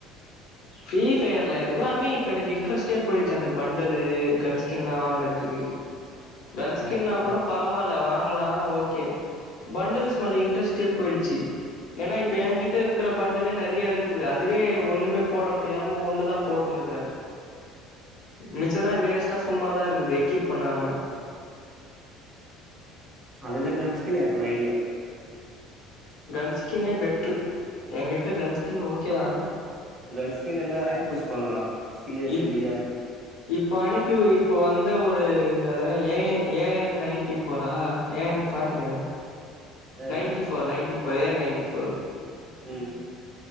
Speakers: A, on the left; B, on the right.
A: ஃப்ரீ ஃபயர்ல எல்லாமே இப்போ எனக்கு இன்ட்ரெஸ்ட்டே போயிடுச்சு அந்த பண்டலு கன்ஸ்கின்லா வாங்கறதுக்கு கன்ஸ்கின்னா
B: எனக்கு
A: கூட பரவாயில வாங்கலா ஓகே பண்டல்ஸ் மேல இன்ட்ரெஸ்டே போயிடுச்சு ஏன்னா இப்ப என்கிட்ட இருக்கிற பண்டலே நிறையா இருக்குது அதுவே ஒண்ணுமே போட முடியாம ஒண்ணு தா போட்டுன்னுக்கிறே மிச்ச எல்லா வேஸ்ட்டா சும்மாதா இருக்குது ஏ கீப் பண்ணாம
B: <unintelligible> கன்ஸ்கே ஐடி டைக்
A: கன்ஸ்கின்னே பெட்ரு எங்கிட்ட கன் ஸ்கின் ஓகேவா
B: கன்ஸ்கின்ருந்தா ரேங்க் புஷ் பண்ணலா சி எஸ்
A: இப்
B: சி பி ஆருனு
A: இப்ப அனுப்பி உ இப்ப வந்த ஒரு அதுன என்ன A I A I N ninety ஃபோரா ஏ என் ஃபாட்டி நைனா
B: என்னது
A: ninety four ninety four A N ninety four
B: ம்